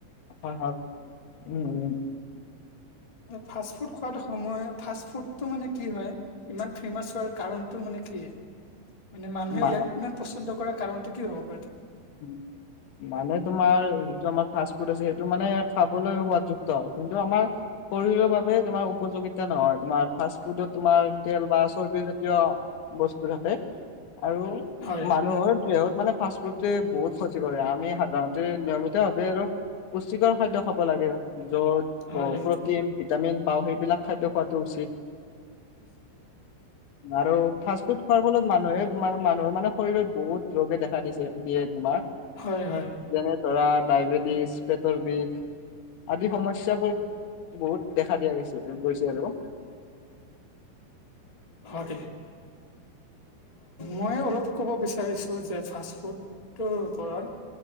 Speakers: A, on the left (about 85°); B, on the left (about 15°).
A: হ-হ উম-উম
B: ফাষ্ট ফুড খোৱাটো সময় ফাষ্ট ফুডটো মানে কি হয়? ইমান ফেমাচ হোৱাৰ কাৰণতটো মানে কি মানে মানুহে
A: মা
B: ইয়াক ইমান পচন্দ কৰা কাৰণটো কি হওক
A: উম, মানে তোমাৰ যিটো আমাক ফাৰ্ষ্ট ফুড আছে, সেইটো মানে খাবলৈ সোৱাদযুক্ত। কিন্তু, আমাৰ শৰীৰৰ বাবে তোমাৰ উপযোগিতা নহয়। তোমাৰ ফাৰ্ষ্ট ফুডত তোমাৰ তেল বা চৰ্বি জাতীয় বস্তু থাকে আৰু
B: হয়
A: মানুহৰ দেহত মানে ফাৰ্ষ্ট ফুড বহুত ক্ষতি কৰে। আমি সাধাৰণতে নিয়মিত ভাৱ আৰু পুষ্টিকৰ খাদ্য খাব লাগে য'ত
B: হয়
A: প্ৰটিন ভিটামিন পাওঁ সেইবিলাক খাদ্য খোৱাাতটো উচিত। আৰু ফাৰ্ষ্ট ফুড খোৱাৰ ফলত মানুহে মানে, মানুহৰ মানে শৰীৰত বহুত ৰোগে দেখা দিছে, দিয়ে তোমাৰ।
B: হয়, হয়।
A: যেনে ধৰা ডায়বেটিছ, পেটৰ বিষ আদি সমস্যাবোৰ বহুত। দেখা দিয়া গৈছে গৈছে আৰু উ।
B: হয় দে, মইয়ো অলপ ক'ব বিচাৰিছোঁ যে ফাৰ্ষ্ট ফুডটোৰ ওপৰত